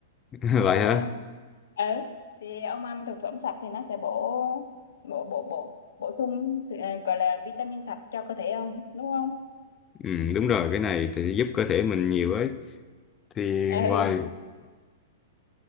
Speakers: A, on the left; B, on the left.
A: <laughs>
B: kiểu
A: vậy hả
B: ờ ừ, thì ông ăn thực phẩm sạch thì nó sẽ bổ bổ bổ bổ bổ sung thì, ờ, gọi là vitamin sạch cho cơ thể ông đúng không
A: ừ, đúng rồi cái này thì sẽ giúp cơ thể mình nhiều ấy thì
B: ừ
A: ngoài